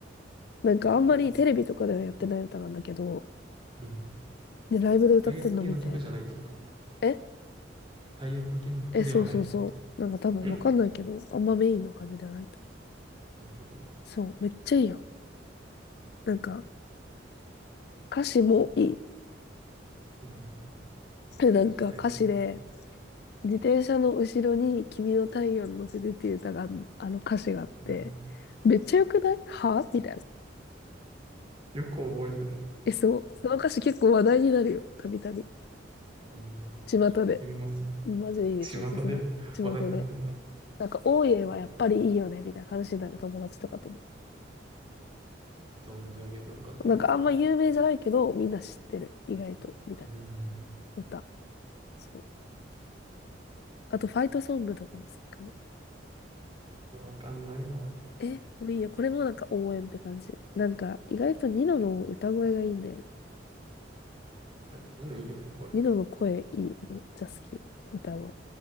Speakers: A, on the left; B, on the right.
A: なんかあんまりテレビとかではやってない歌なんだけど、
B: 聞いてみよう。うん。
A: で、ライブで歌ってんの見て、
B: タイアップ系の曲じゃないってこと
A: え
B: タイアップ系の曲ではないってこと
A: え、そうそうそう。なんか多分わかんないけど、
B: うん。
A: あんまメインの感じじゃないと。
B: なるほど。
A: そう、めっちゃいいよ。なんか、歌詞もいい。
B: うん。
A: <laughs> でなんか歌詞で、
B: 歌詞大事。
A: 自転車の後ろに君の太陽に乗せてっていう歌があん、あの歌詞があって、
B: うん。
A: めっちゃ良くないはみたいな。
B: よく覚えてるね。
A: え、そう。その歌詞結構話題になるよ。たびたび。
B: うん。
A: 巷で。
B: ちょっと聞いてみます。
A: マジでいいです。
B: 巷で話題になってんだ。
A: おすすめ。巷で。なんか、大家はやっぱりいいよね、
B: ごめんなさい。
A: みたいな話になる友達とかとも。
B: ちょっと存じ上げてなかったので。
A: なんか、あんま有名じゃないけど、みんな知ってる。意外と、みたいな
B: うん。
A: 歌。そう。あと、ファイトソングとかも好きかも。
B: わかんないわ。
A: え、もういいよ。これもなんか応援って感じ。なんか、意外とニノの歌声がいいんだよね。
B: あれニいのいいよね、声。
A: ニノの声いいね。めっちゃ好き。歌声。